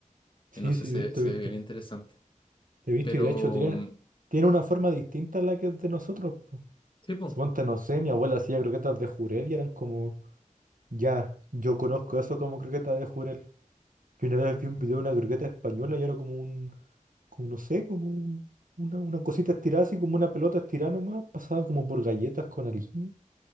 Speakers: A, on the right (about 80°); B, on the left (about 35°).
A: Sí,
B: Y no sé,
A: sí,
B: se,
A: visto,
B: se
A: visto.
B: ve bien interesante.
A: He visto
B: Pero,
A: y de hecho tienen,
B: mm,
A: tienen una forma distinta a la que es de nosotros. po.
B: sí, pues,
A: Suponte, no sé, mi abuela hacía croquetas de jurel y eran como, ya, yo conozco eso como croquetas de jurel. Que una vez vi un video de una croqueta española y era como un, como no sé, como un- una, una cosita estirada, así como una pelota estirada nomás, pasada como por galletas con harina.